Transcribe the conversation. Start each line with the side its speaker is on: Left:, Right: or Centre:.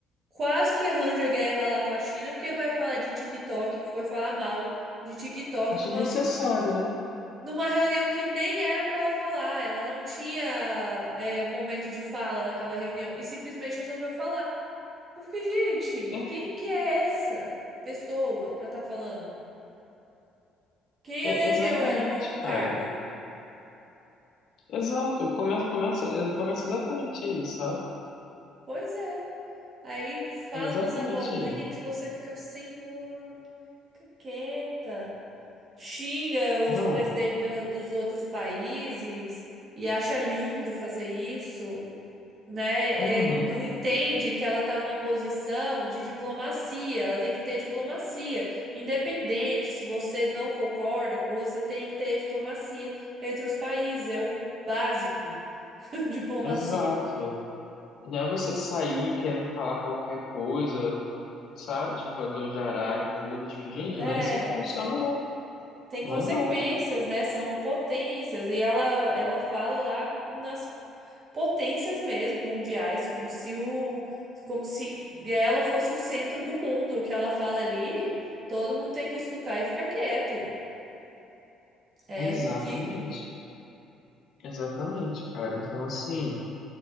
Right: Quase que arranja guerra lá com a China, porque vai falar de TikTok, foi falar mal de TikTok
Left: Desnecessária,
Right: numa
Left: né?
Right: numa reunião que nem era para ela falar, ela não tinha é, momento de fala naquela reunião e simplesmente resolveu falar. Eu fiquei, gente,
Left: É,
Right: quem que é essa pessoa para estar falando? Quem
Left: é,
Right: elegeu
Left: exatamente,
Right: ela para algum cargo?
Left: cara. Exato, começa, começa, é, começa exatamente aí, sabe?
Right: Pois é. Aí fala
Left: É exatamente
Right: umas abobrinhas
Left: aí.
Right: que você fica, senhor, fica quieta. Xinga os
Left: Não,
Right: presidentes do- dos outros países e acha lindo fazer isso. né,
Left: uhum,
Right: é, não entende que ela está numa posição de diplomacia, ela tem que ter diplomacia, independente se você não concorda com o outro, você tem que ter diplomacia entre os países, é o básico <laughs> diplomacia.
Left: exato. Não é você sair querendo falar qualquer coisa, sabe? Tipo, do jará e tudo. Tipo, gente,
Right: É,
Left: não é assim que funciona, não.
Right: tem
Left: Não
Right: consequências,
Left: é não.
Right: né? São potências e ela ela fala lá nas potências mesmo mundiais, como se o como se ela fosse o centro do mundo. O que ela fala ali, todo mundo tem que escutar e ficar quieto. É
Left: Exatamente.
Right: ridículo.
Left: Exatamente, cara. Então, assim,